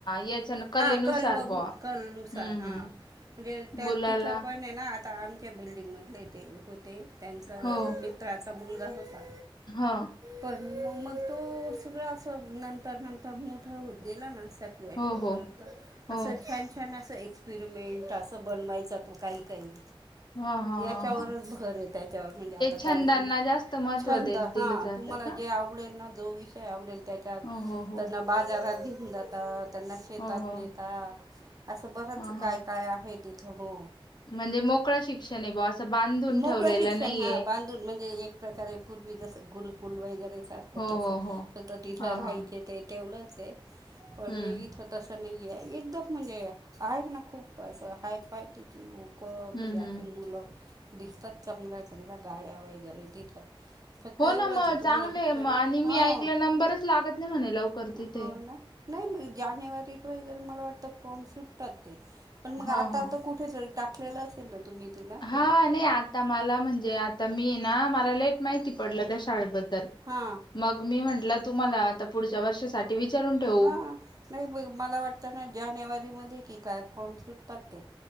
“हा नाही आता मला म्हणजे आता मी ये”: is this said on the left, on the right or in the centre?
Left